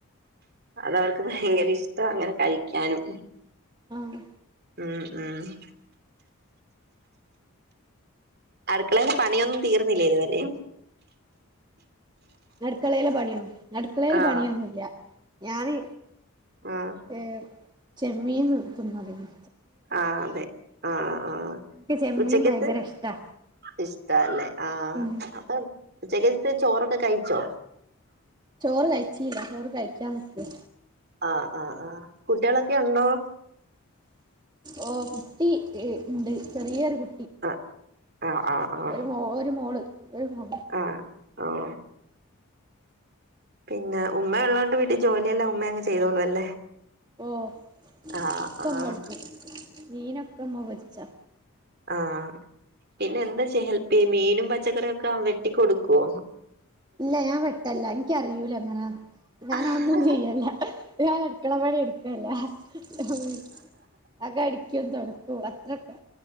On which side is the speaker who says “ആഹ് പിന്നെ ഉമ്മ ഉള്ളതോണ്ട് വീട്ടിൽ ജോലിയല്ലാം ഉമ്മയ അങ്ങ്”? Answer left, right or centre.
Right